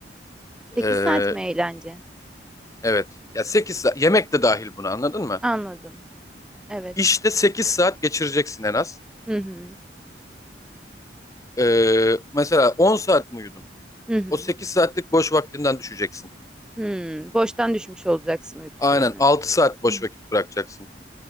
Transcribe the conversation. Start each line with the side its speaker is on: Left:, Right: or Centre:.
Centre: 8
Left: E,
Centre: saat mi eğlence?
Left: evet. Ya 8 saat yemek de dahil buna anladın mı?
Centre: Anladım. Evet.
Left: İşte 8 saat geçireceksin en az.
Centre: Hı hı.
Left: E, mesela 10 saat mi uyudun?
Centre: Hı hı.
Left: O 8 saatlik boş vaktinden düşeceksin.
Centre: Hmm, boştan düşmüş olacaksın uyku
Left: Aynen
Centre: süreni.
Left: 6 saat boş
Centre: Hmm.
Left: vakit bırakacaksın.